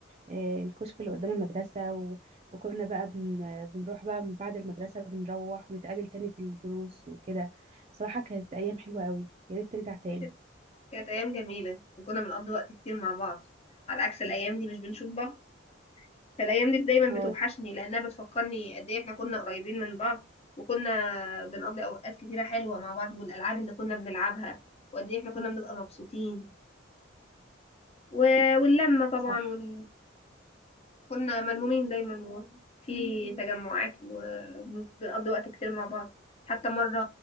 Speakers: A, on the right (about 30°); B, on the left (about 30°).
A: آه، الكشك اللي قدام المدرسه و- وكنا بقى بن آه، بنروح بقى من بعد المدرسه بنروح ونتقابل تاني في الدروس وكده صراحه كانت ايام حلوه قوي يا ريت ترجع تاني
B: كانت كانت أيام جميلة وكنا بنقضي وقت كتير مع بعض على عكس الأيام دي مش بنشوف بعض فالايام دي دايما
A: اه
B: بتوحشني لانها بتفكرني قد ايه احنا كنا قريبين من بعض وكنا بنقضي اوقات كتيره حلوه مع بعض والالعاب اللي كنا بنلعبها وقد ايه احنا كنا بنبقى مبسوطين و... واللمه طبعا
A: صح
B: وال... كنا ملمومين دايما وفي تجمعات وبنقضي وقت كتير مع بعض حتى مره